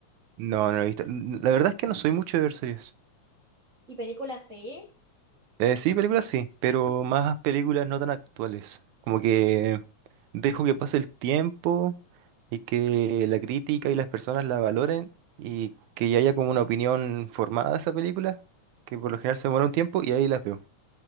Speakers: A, on the right; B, on the right.
A: No, no la he visto. N- La verdad es que no soy mucho de ver series.
B: Y película sí.
A: Eh, sí, películas sí, pero más películas no tan actuales. Como que dejo que pase el tiempo y que la crítica y las personas la valoren y que ya haya como una opinión formada de esa película, que por lo general se demora un tiempo y ahí las veo.